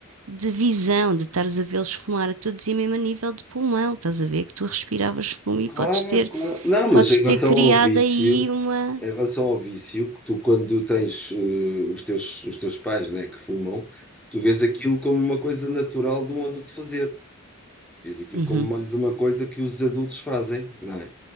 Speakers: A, on the right (about 70°); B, in the centre.
A: de visão, de estares a vê-los fumar a todos e mesmo a nível de pulmão, estás a ver que tu respiravas fumo e
B: Claro,
A: podes ter,
B: claro. Não, mas
A: podes
B: em relação
A: ter criado
B: ao vício,
A: aí uma.
B: em relação ao vício, que tu quando tens eh, os teus, os teus pais, né, que fumam, tu vês aquilo como uma coisa natural de um adulto fazer. Vês aquilo
A: Uhum.
B: como mais uma coisa que os adultos fazem, não é?